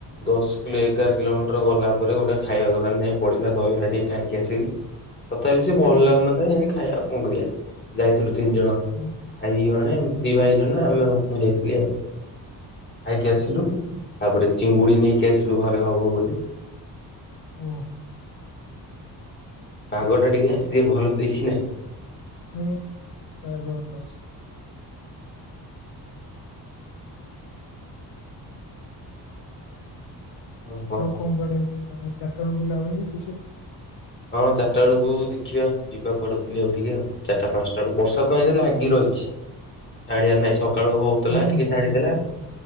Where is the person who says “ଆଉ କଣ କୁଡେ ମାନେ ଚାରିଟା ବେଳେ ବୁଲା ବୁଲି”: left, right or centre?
Left